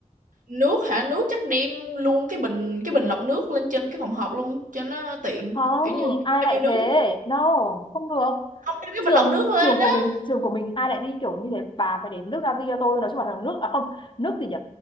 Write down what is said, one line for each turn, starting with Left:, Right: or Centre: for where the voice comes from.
Right: nước hả nước chắc đem luôn cái bình cái bình lọc nước lên trên cái phòng họp luôn cho nó tiện
Left: không
Right: kiểu như muốn
Left: ai
Right: bao
Left: lại
Right: nhiêu nước
Left: thế
Right: cũng được.
Left: no không được
Right: không đem cái
Left: trường
Right: bình lọc nước lên
Left: trường
Right: á
Left: của mình trường của mình ai lại đi kiểu như thế bà phải đến nước ra cho tôi nói chung là nước à không nước gì nhỉ